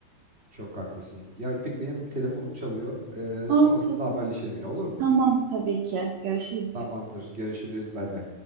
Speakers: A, on the right; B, on the right.
A: Çok haklısın. Ya İpek benim telefonum çalıyor. Ee,
B: Ha,
A: sonrasında
B: tabii,
A: haberleşelim yine olur mu?
B: tamam tabii ki. Görüşürüz.
A: Tamamdır. Görüşürüz. Bay bay.